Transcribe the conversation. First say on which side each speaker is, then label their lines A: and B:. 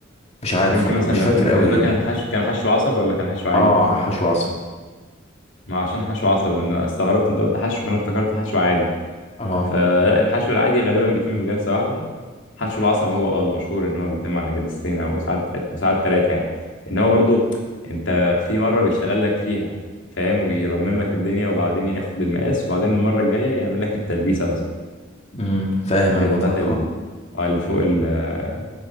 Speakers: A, on the left; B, on the left.
A: مش عارف
B: يمكن
A: والله
B: مثلا
A: مش
B: لو
A: فاكر قوي
B: لو ده كان حشو كان حشو عصب ولا كان حشو عادي
A: اه حشو عصب
B: ما عشان حشو عصب لان انا استغربت انت قلت حشو فانا افتكرت حشو عادي
A: اه
B: فالحشو العادي غالبا بيتم بجلسة واحدة حشو العصب هو اه اللي مشهور ان هو بيتم على جلستين او ساعات ساعات ثلاثه يعني ان هو برضو انت في مره بيشتغل لك فيها فاهم ويرمم لك الدنيا وبعدين ياخد المقاس وبعدين المره الجايه يعمل لك التلبيسه مثلا
A: امم فاهم
B: اللي
A: انا
B: هي
A: متعة
B: بتاعت ال...
A: اه
B: اه اللي فوق ال... آه،